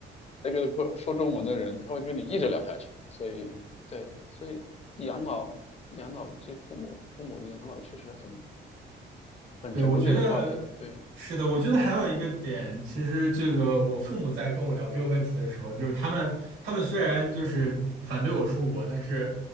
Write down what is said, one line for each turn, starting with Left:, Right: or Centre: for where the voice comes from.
Left: 那个说说中文的人，他会跟你一直聊下去。所以对，所以养老养老这父母父母的养老确实很。很沉重的一个话题。
Right: 对，我觉得是的。
Left: 对，
Right: 我觉得还有一个点，其实这个我父母在跟我聊这个问题的时候，就是他们他们虽然就是反对我出国，但是